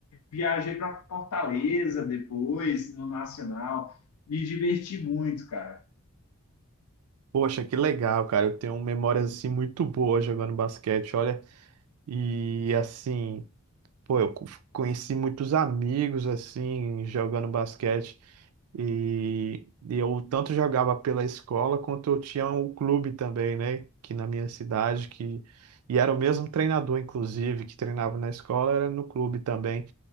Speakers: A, on the left; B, on the right.
A: viajei para Fortaleza depois, no Nacional. Me diverti muito, cara.
B: Poxa, que legal, cara. Eu tenho memórias assim muito boas jogando basquete, olha. E assim, pô, eu co- conheci muitos amigos assim jogando basquete e, e eu tanto jogava pela escola quanto eu tinha o clube também, né, que na minha cidade que e era o mesmo treinador inclusive que treinava na escola, era no clube também.